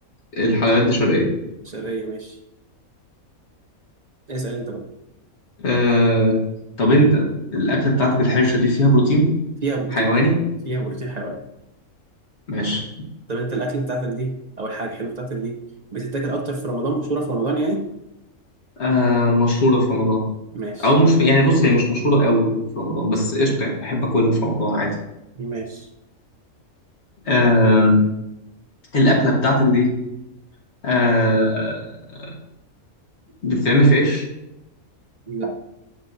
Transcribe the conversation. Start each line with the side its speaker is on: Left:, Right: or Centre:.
Left: الحلويات دي شرقية
Right: شرقيه ماشي اسال انت بقى
Left: آه... طب أنت الأكلة بتاعتك الحرشة دي فيها بروتين
Right: فيها بروتين
Left: حيواني
Right: فيها بروتين حيواني
Left: ماشي
Right: طب انت الاكل بتاعتك دي او الحاجه الحلوه بتاعتك دي بتتاكل اكتر في رمضان مشهوره في رمضان يعني
Left: آه... مشهورة في رمضان
Right: ماشي
Left: أو مش يعني بص هي مش مشهورة قوي في رمضان بس قشطة يعني بحب أكلها في رمضان عادي
Right: ماشي
Left: آه... الأكلة بتاعتك دي آه... بتتعمل في عيش
Right: لا